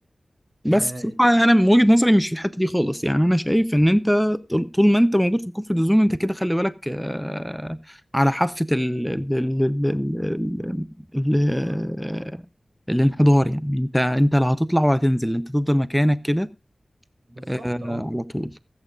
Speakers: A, in the centre; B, on the right.
A: بس
B: آه
A: بصراحة
B: د-
A: أنا من وجهة نظري مش في الحتة دي خالص يعني أنا شايف إن أنت طول طول ما أنت موجود في الكومفورت زون أنت كده خلي بالك آه على حافة ال ال ال ال ال ال الانحدار يعني أنت أنت لا هتطلع ولا تنزل أنت تفضل مكانك كده
B: بالظبط
A: آه
B: اه
A: على طول